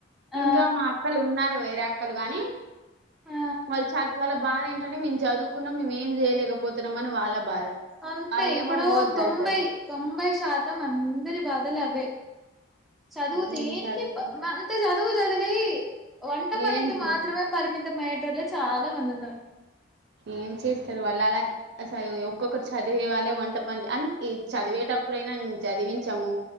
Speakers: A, in the centre; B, on the right.
A: ఆ
B: ఇంకా మా అక్కలు ఉన్నారు వేరేక్క క్కలు కాని
A: ఆ
B: వాళ్ళు చదువు వాళ్ళ బాధ ఏంటంటే మేము చదువుకున్నాం మేమేం చేయలే పోతున్నమని వాళ్ళ
A: అంతే
B: వాళ్ళేమో
A: ఇప్పుడు
B: పోద్దంటారు
A: తొంభై తొంభై శాతం అందరి బాధలవే చదువు దేనికి
B: నేను చదువుకుని
A: అంత చదువు చది వే వంట పనికి
B: ఏం చెయ్
A: మాత్రమే పరిమితి అయిటోలు చాలా మందిన్నారు
B: ఏం చేస్తారు వాళ్ళు అలాసర ఒక్కొక్కరు చదివే వాళ్ళే వంట పని అ చదివేటప్పుడైనా నేను చదివించాము